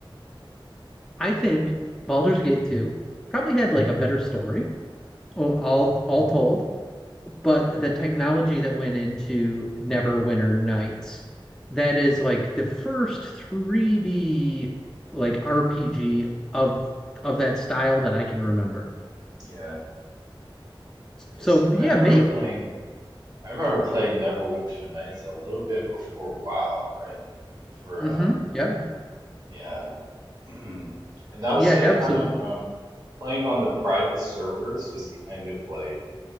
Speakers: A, in the centre; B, on the right.
A: I think Baldur's Gate 2 probably had like a better story, all all, all told but the technology that went into Neverwinter Nights, that is like the first 3D like RPG of of that style that I can remember.
B: Yeah, because
A: So
B: I
A: yeah,
B: remember
A: maybe.
B: playing. I remember playing Neverwinter Nights a little bit before WoW, right? Before,
A: hmm
B: uh,
A: Yeah,
B: yeah, <clears throat> and that
A: yeah,
B: was like
A: absolutely.
B: kind of um, playing on the private servers was kind of like